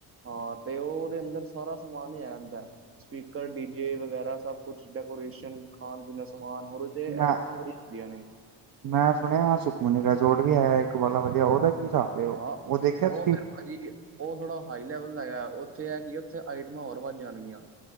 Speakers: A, on the right; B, on the right.
A: ਹਾਂ ਤੇ ਉਹ ਉਹਦੇ ਅੰਦਰ ਸਾਰਾ ਸਮਾਨ ਈ ਆ ਜਾਂਦਾ। ਸਪੀਕਰ ਡੀ ਜੇ ਵਗੈਰਾ, ਸਭ ਕੁਛ ਡੈਕੋਰੇਸ਼ਨ ਖਾਣ-ਪੀਣ ਦਾ ਸਮਾਨ ਹੋਰ ਤੇ
B: ਮੈਂ
A: ਆਈਟਮਾਂ ਬੜੀਆਂ ਹੁੰਦੀਆਂ ਨੇ
B: ਮੈਂ ਸੁਣਿਆ ਸੁਖਮਨੀ ਰਿਜੋਰਟ ਵੀ ਹੈਇਆ ਇੱਕ ਵਾਲਾ ਵਧੀਆ ਉਹਦਾ ਹਿਸਾਬ ਹੈ
A: ਹਾਂ
B: ਉਹ ਦੇਖਿਆ ਤੁਸੀਂ
A: ਉਹ ਫੇਿਰ ਭਾਜੀ ਉਹ ਥੋੜ੍ਹਾ ਹਾਈ ਲੈਵਲ ਦਾ ਹੈ। ਉੱਥੇ ਹੈ ਕਿ ਉੱਥੇ ਆਈਟਮਾਂ ਹੋਰ ਵੱਧ ਜਾਣਗੀਆਂ